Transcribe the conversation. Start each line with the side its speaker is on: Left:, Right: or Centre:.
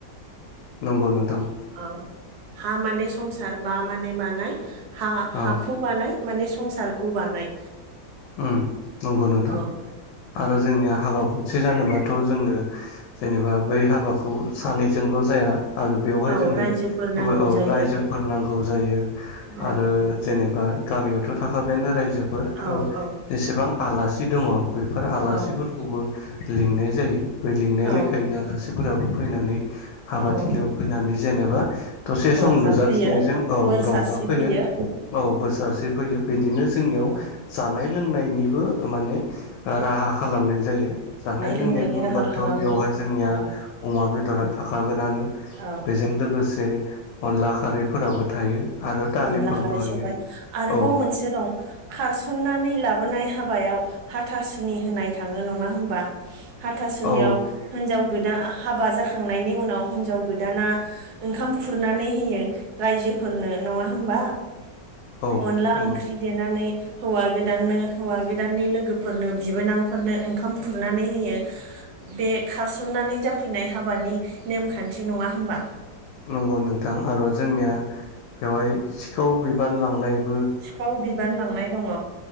Left: नंगौ नों
Right: औ हा माने संसार बा माने बानाय हा
Left: औ
Right: हाखौ बानाय माने संसारखौ बानाय
Left: ओम नंगौ नोंथां।
Right: औ
Left: आरो जोंनिया हाबा गंसे जानोबाथ' जोंनो जेनेबा बै हाबाखौ सानैजोंल' जाया आरो बेवहाय
Right: औ
Left: जोंनो
Right: रायजोफोर
Left: ओ
Right: नांगौ
Left: औ
Right: जायो
Left: रायजोफोर नांगौ जायो
Right: औ
Left: आरो जेनेबा गामियावथ' थाखाबायानो रायजोफोर
Right: औ
Left: आरो
Right: औ
Left: जेसेबां आलासि दङ बैफोर आलासिफोरखौबो
Right: औ
Left: लिंनाय जायो। बै लिंनाय
Right: औ
Left: लेखायैनो आलासिफोराबो फैनानै हाबाथिलियाव
Right: औ
Left: फैनानै जेनेबा दसे
Right: रंजाफैयो
Left: सम नुजाथिनायजों औ
Right: बोर
Left: रंजाफैयो।
Right: सारस्रिफैयो
Left: औ बोर सारस्रि फैयो बिदिनो जोंनियाव
Right: औ
Left: जानाय लों नायनिबो माने राहा खालामनाय जायो जानाय
Right: लोंनायनि
Left: लोंनाय बुङोबाथ'
Right: राहा खालामो
Left: बेवहाय जोंनिया
Right: औ
Left: अमा बेदरा थाखागोनानो
Right: औ
Left: बेजों लोगोसे अनला खारैफोराबो थायो आरो दालिफोरबो
Right: अनला खारै
Left: होयो
Right: सबाय आरोबाव
Left: औ
Right: मोनसे दं खारसन्नानै लाबोनाय हाबायाव हाथासुनि होनाय थाङो नङा होमबा हाथा सुनियाव
Left: औ
Right: हिनजाव गोदान हाबा जाखांनायनि उनाव हिनजाव गोदाना ओंखाम खुरनानै होयो रायजो फोरनो नङा होमबा
Left: औ
Right: अनला
Left: नंगौ
Right: ओंख्रि देनानै हौवा गोदाननो हौवा गोदाननि लोगोफोरनो बिबोनांफोरनो ओंखाम खुरनानै होयो। बे खारसन्नानै जाफैनाय हाबानि नेमखान्थि नङा होमबा?
Left: नंगौ नोंथां आरो जोंनिया बेवहाय सिखाव बिबान लांनाय
Right: सिखाव बिबान लांनाय दङ